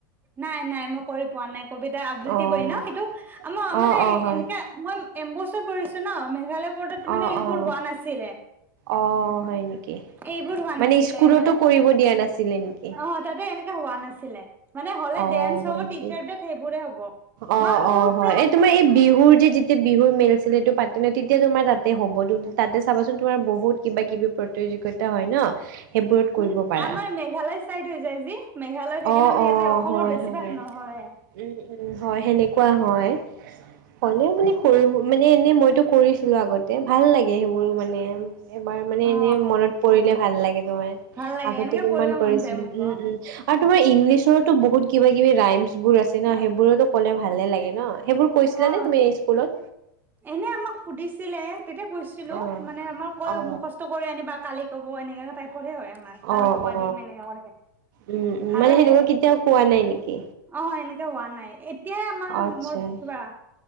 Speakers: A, on the right; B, on the right.
A: নাই নাই মই কৰি পোৱা নাই কবিতা আবৃত্তি
B: অ',
A: কৰি ন সেইটো? আমাৰ
B: অ',
A: মানে
B: অ', হয়।
A: এনেকা, মই এম্বচত পঢ়িছো ন, মেঘালয় বৰ্ডত মানে
B: অ',
A: এইবোৰ
B: অ',
A: হোৱা নাছিলে।
B: অ হয় নেকি,
A: এইবোৰ হোৱা
B: মানে
A: নাছিলে
B: স্কুলতো
A: মানে
B: কৰিব দিয়া নাছিলে নেকি?
A: অ তাতে এনেকা হোৱা নাছিলে। মানে হলে
B: অ
A: ডেন্স
B: হয়
A: হ'ব
B: নেকি?
A: টিচাৰ ডেত সেইবোৰে হ'ব
B: অ
A: মই সৰুৰ
B: অ হয়,
A: পৰা
B: এই তোমাৰ এই বিহুৰ যে যি তিয়া বিহুৰ মেল চেলটো পাতে ন তেতিয়া তোমাৰ তাতে হ'ব তাতে চাবাচোন তোমাৰ বহুত কিবা কিবি প্ৰতি- -যোগিতা হয় ন! সেইবোৰত কৰিব
A: মানে
B: পাৰা।
A: আমাৰ মেঘালয় চাইদ হৈ যায় যি, মেঘালয় থাকেনা
B: অ',
A: আমাৰ
B: অ',
A: ইয়াতে অসম
B: হয়,
A: অসমৰ বেছিভাগ
B: হয়।
A: নহয়ে।
B: উম, উম, হয় সেনেকুৱা হয়। হলেও মানে কৰিব মানে এনেই মইতো কৰিছিলো আগতে ভাল লাগে সেইবোৰ মানে। এবাৰ মানে
A: অ
B: এনে মনত পৰিলে ভাল লাগে তোমাৰ।
A: ভাল লাগে
B: আগতে
A: এনেকে
B: কিমান
A: কৰিব
B: কৰিছিলো,
A: মন যায় মোক
B: উম
A: অ
B: উম। আৰু তোমাৰ ইংলিছৰতো বহুত কিবা কিবি ৰাইমচ বোৰ আছে ন সেইবোৰতো ক'লে ভালে লাগে ন সেইবোৰ কৈছিলা
A: অ
B: নে তুমি স্কুলত?
A: এনে আমাক সুধিছিলে তেতিয়া কৈছিলো
B: অ
A: মানে আমাৰ কৈ
B: অ
A: মুখ স্ত কৰি আনিবা কালি ক'ব এনেকুৱা টাইপৰ হে হয়। তোমাক কালি
B: অ
A: কবা
B: অ
A: দিম এনেকে কয়,
B: উম উম
A: ভাল
B: মানে
A: লাগে।
B: সেনেকুৱা কেতিয়াও কোৱা নাই নেকি
A: অ এনেকে হোৱা নাই, এতিয়াই আমাৰ
B: আচ্ছা
A: মোৰ কিবা।